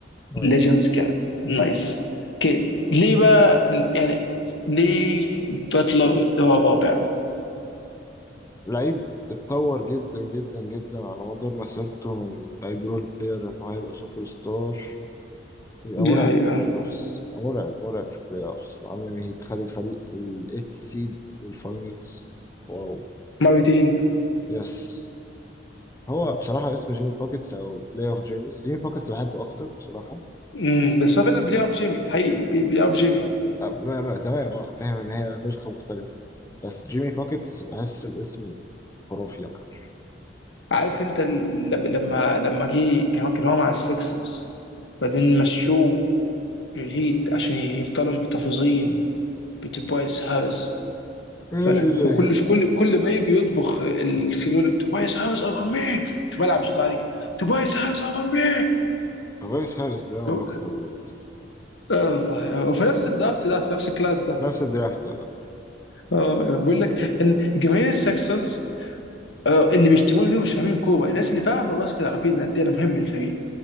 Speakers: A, on the left; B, on the left.
A: نايس
B: ليجندز كده نايس اوكي ليه بقى يعني ليه باتلر هو الرابع
A: لعيب اتطور جدا جدا جدا على مدار مسيرته من لعيب رول بلاير ان هو يبقى سوبر ستار يبقى
B: دي
A: مرعب
B: حقيقة
A: في البلاي اوفس يبقى مرعب مرعب في البلاي اوفس وعم يعمل هيت خد الفريق الايت سيد للفاينلز واو
B: مرتين
A: يس هو بصراحة اسم جيمي بوكيتس أو بلاي أوف جيمي جيمي بوكيتس بحبه أكتر بصراحة
B: امم بس هو فعلا بلاي اوف جيمي حقيقي بي- بلاي اوف جيمي
A: آه، ما ما تمام اه فاهم ان هي نسخة مختلفة بس جيمي بوكيتس بحس الاسم خرافي اكتر
B: عارف
A: بس
B: انت ال- لما لما لما جه كان كان هو مع السكسرز بعدين مشوه للهيت عشان يفضلوا محتفظين بتوبايس هاريس
A: يا
B: فانا
A: الهي
B: كل كل كل ما يجي يطبخ ال- يقول توبايس هاريس اوفر مي فبلعب بصوت عالي كده توبايس هاريس اوفر مي
A: فبايس هاريس ده
B: لو-
A: نكتة بجد
B: آه الله وفي نفس الدرافت ده في نفس الكلاس ده
A: نفس الدرافت اه
B: اه بقول لك ان جماهير السكسرز آه، اللي بيشتموني دول مش فاهمين كوره الناس اللي فاهمه باسكت عارفين قد ايه انا مهم للفريق